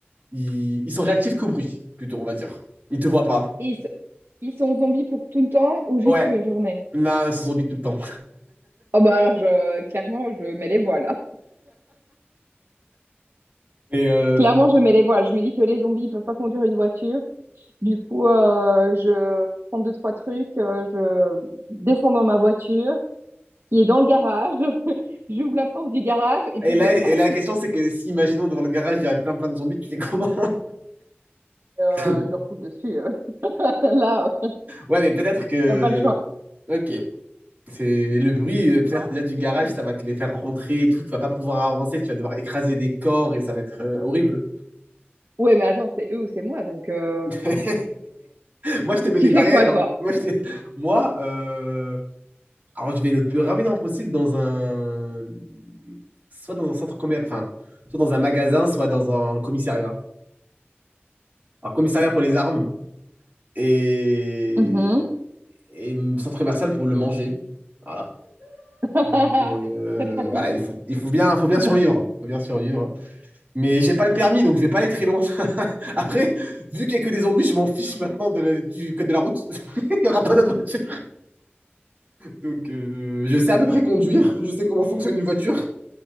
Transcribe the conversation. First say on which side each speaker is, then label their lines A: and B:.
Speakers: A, on the right (about 40°); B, on the right (about 70°).
A: Ils, ils sont réactifs qu'au bruit, plutôt, on va dire. Ils te voient pas.
B: ils, s- ils sont zombies pour tout le temps ou juste
A: Ouais,
B: pour une journée?
A: là, ils sont zombies tout le temps.
B: Oh bah alors je clairement je mets les voiles.
A: Et, euh,
B: Clairement je mets les voiles. Je me dis que les zombies ils peuvent pas conduire une voiture. Du coup euh, je prends deux trois trucs, euh, je descends dans ma voiture qui est dans le garage. <laughs> J'ouvre la porte du garage et
A: et
B: puis
A: là,
B: je trace.
A: et là, la question, c'est que si, imaginons, devant le garage, il y a plein plein de zombies, tu fais comment?
B: euh,
A: <laughs>
B: je leur roule dessus. euh. <laughs> Là,
A: Ouais, mais peut-être que...
B: il n'y a pas le choix.
A: Ok. C'est le bruit, euh,
B: C'est
A: peut-être
B: quoi?
A: déjà du garage, ça va te les faire rentrer et tout, tu vas pas pouvoir avancer, tu vas devoir écraser des corps et ça va être euh, horrible.
B: Ouais, mais attends, c'est eux ou c'est moi, donc euh,
A: <laughs> Moi, je te mets
B: tu
A: des barrières.
B: fais quoi, toi?
A: hein. Moi, je te- Moi, euh, alors je vais le plus rapidement possible dans un... Soit dans un centre commercial, enfin, soit dans un magasin, soit dans un commissariat. Alors, commissariat pour les armes, et,
B: Mhm.
A: et centre commercial pour le manger. Voilà.
B: <laughs>
A: Donc, euh,
B: Très pratique.
A: voilà, il faut, il faut bien, faut bien survivre. Faut bien survivre. Mais j'ai pas le permis, donc je vais pas aller très loin. <laughs> Après, vu qu'il y a que des zombies, je m'en fiche maintenant de la- du code de la route. <laughs> Il y aura pas d'autre voiture. Donc, euh, je sais à peu près conduire. Je sais comment fonctionne une voiture.